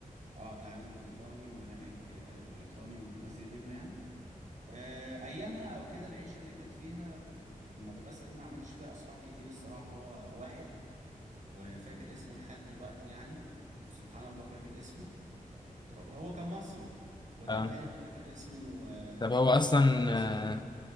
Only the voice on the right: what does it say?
اه تعليم بريطاني ومناهج آه، بريطاني واللازم منه يعني آه، ايامها او كده العيشه اللي كانت فيها في المدرسه دي ما عملتش فيها اصحاب كتير الصراحه هو واحد وفاكر اسمه لحد دلوقتي يعني سبحان الله فاكر اسمه هو كان مصري وده
الوحيد اللي فاكر اسمه آه،
صاحبنا س-